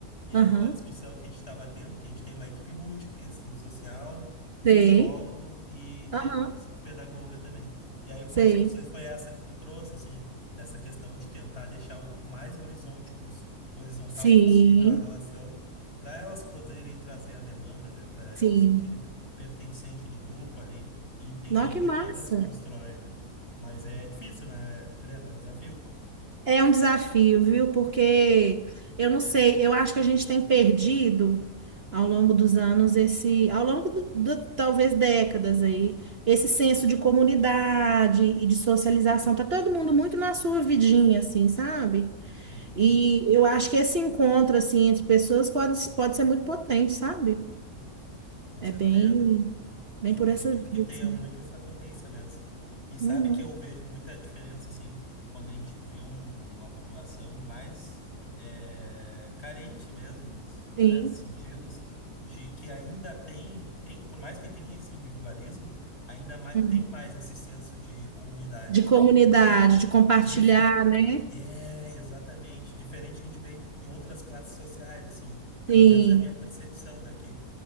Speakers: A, on the left; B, on the right.
A: E
B: aham,
A: aí uma discussão que a gente estava tendo, que a gente tem uma equipe multi, que tem assistente social,
B: sei,
A: psicólogo e
B: aham,
A: tem psicopedagoga também. E aí uma
B: sei.
A: discussão foi essa que tu trouxe, assim, dessa questão de tentar deixar o mais horizonte por, si, horizontal
B: Sim,
A: possível a relação para elas poderem trazer a demanda, né? Para elas
B: sim.
A: sentirem pertencente do grupo ali e entenderem
B: Nossa, que massa.
A: que elas constroem, né? Mas é difícil, né, Brenda? É um desafio.
B: É um desafio, viu? Porque eu não sei, eu acho que a gente tem perdido ao longo dos anos esse, ao longo do, do- talvez décadas aí, esse senso de comunidade e de socialização. Tá todo mundo muito na sua vidinha, assim, sabe?
A: Uhum,
B: E eu acho que esse encontro assim entre pessoas pode, pode ser muito potente, sabe?
A: com
B: É
A: certeza.
B: bem, bem
A: Eu
B: por
A: acredito
B: essa via,
A: que tenha
B: assim.
A: muito essa potência mesmo. E sabe
B: Uhum.
A: que eu vejo muita diferença, assim, quando a gente vê um- uma população mais eh, carente mesmo, nos- em diversos
B: Sim.
A: sentidos, de que ainda tem, tem, por mais que tenha esse individualismo, ainda mai-
B: Uhum.
A: tem mais esse senso de comunidade.
B: De comunidade, de compartilhar,
A: Dife-
B: né?
A: é, exatamente. Diferente que a gente vê em outras classes sociais, assim, pelo
B: Sim,
A: menos é a minha percepção daqui.